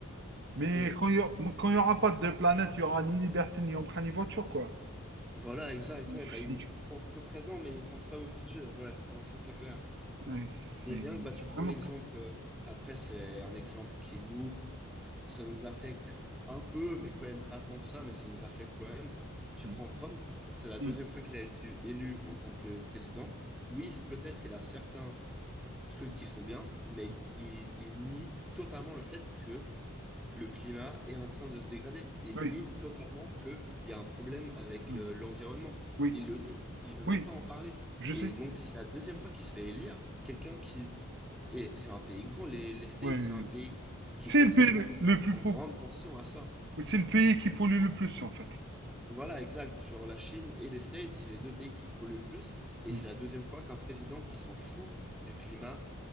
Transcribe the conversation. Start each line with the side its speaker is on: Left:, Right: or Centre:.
Right: Mais
Centre: Oui.
Right: quand il n'y aura pas de planète, il n'y aura ni liberté, ni emprunt, ni voiture, quoi.
Centre: Voilà, exact,
Right: Il
Centre: ouais,
Right: fait-
Centre: bah, ils,
Right: du-
Centre: ils pensent au présent, mais ils pensent pas au futur, ouais, non, ça c'est clair.
Right: ouais,
Centre: Et
Right: c'est
Centre: rien que, bah,
Right: c'est
Centre: tu prends
Right: vraiment.
Centre: l'exemple,
Right: très-
Centre: euh, après, c'est un exemple qui nous, ça nous affecte un peu, mais quand même pas tant que ça, mais ça nous affecte quand même. Tu
Right: Mm,
Centre: prends Trump, c'est la
Right: mm,
Centre: deuxième fois qu'il a été élu en tant que président.
Right: mm,
Centre: Oui, peut-être il a certains trucs qui sont bien, mais
Right: mm.
Centre: il, il nie totalement le fait que le climat est en train de se dégrader. Il
Right: Oui,
Centre: nie totalement qu'il y a un problème avec
Right: oui,
Centre: euh, l'environnement.
Right: oui,
Centre: Il le nie. Il veut même
Right: oui,
Centre: pas en parler.
Right: je
Centre: Et
Right: sais.
Centre: donc, c'est la deuxième fois qu'il se fait élire quelqu'un qui... Et c'est un pays grand, les, les States,
Right: Ouais.
Centre: c'est un pays qui
Right: C'est
Centre: contribue
Right: le pays le le plus
Centre: en
Right: pauvre.
Centre: grande portion à ça.
Right: C'est le pays qui pollue le plus, en fait.
Centre: Voilà, exact. Genre, la Chine et les States, c'est les deux pays qui polluent le plus. Et
Right: Mm,
Centre: c'est la deuxième fois qu'un président qui s'en fout du climat,